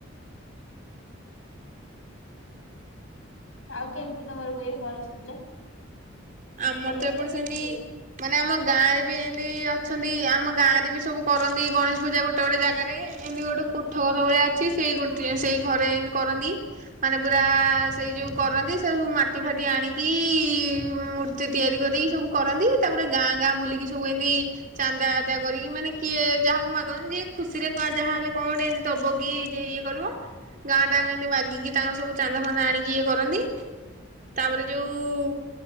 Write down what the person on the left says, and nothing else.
ଆଉ କେନ୍ତି ତମର ହୁଏ ଗଣେଶ ପୂଜା?
କଲେଜରେ
କେମିତି
ହୁଏ?